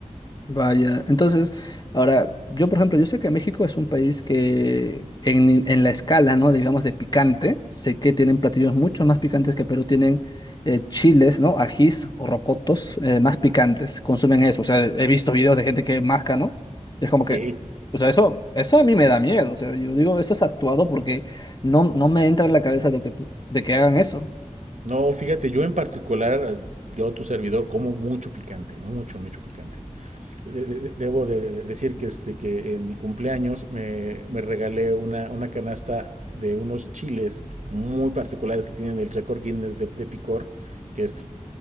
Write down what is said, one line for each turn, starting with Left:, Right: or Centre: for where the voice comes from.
Left: Vaya, entonces, ahora, yo por ejemplo, yo sé que México es un país que en, en la escala, ¿no? Digamos de picante, sé que tienen platillos mucho más picantes que Perú, tienen eh, chiles, ¿no? Ajís o rocotos eh, más picantes, consumen eso, o sea, he visto videos de gente que masca, ¿no? Y es como
Right: Sí,
Left: que, o sea, eso, eso a mí me da miedo, o sea, yo digo, eso es actuado porque no, no me entra en la cabeza de que, de que hagan eso.
Right: No, fíjate, yo en particular, eh, yo tu servidor, como mucho picante, mucho, mucho picante. De- de- de- debo de, de- decir que, este, que en mi cumpleaños me, me regalé una, una canasta de unos chiles muy particulares que tienen el récord Guinness de, de picor, que es